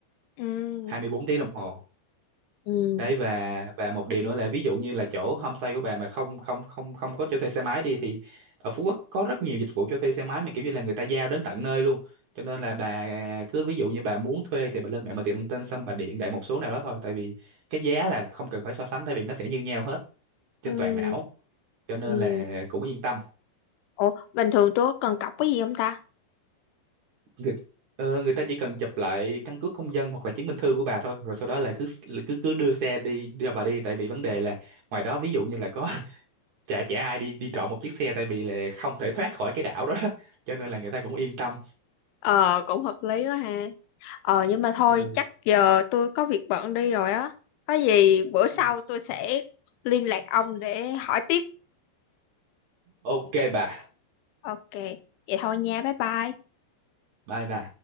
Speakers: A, on the left (about 85°); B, on the right (about 60°).
A: ừ
B: 24 tiếng đồng hồ
A: ừ
B: đấy và và một điều nữa là ví dụ như là chỗ homestay của bà mà không không không không có cho thuê xe máy đi thì ở Phú Quốc có rất nhiều dịch vụ cho thuê xe máy mà kiểu như là người ta giao đến tận nơi luôn cho nên là bà cứ ví dụ như bà muốn thuê thì bà lên mạng mà tìm thông tin xong bà điện đại một số nào đó thôi tại vì cái giá là không cần phải so sánh tại vì nó sẽ như nhau hết trên
A: ừ
B: toàn đảo cho nên
A: ừ
B: là cũng yên tâm
A: ủa bình thường tôi có cần cọc cái gì không ta
B: người, ờ, người ta chỉ cần chụp lại căn cước công dân hoặc là chứng minh thư của bà thôi rồi sau đó là cứ cứ cứ đưa xe đi cho bà đi tại vì vấn đề là ngoài đó ví dụ như là có chả chả ai đi đi trộm một chiếc xe tại vì là không thể thoát khỏi cái đảo đó <laughs> cho nên là người ta cũng yên tâm
A: ờ cũng hợp lý quá ha ờ nhưng mà thôi
B: ừ
A: chắc giờ tôi có việc bận đi rồi á có gì bữa sau
B: Ừ.
A: tôi sẽ liên lạc ông để hỏi tiếp
B: ok bà
A: ok vậy thôi nha bye bye
B: bye bà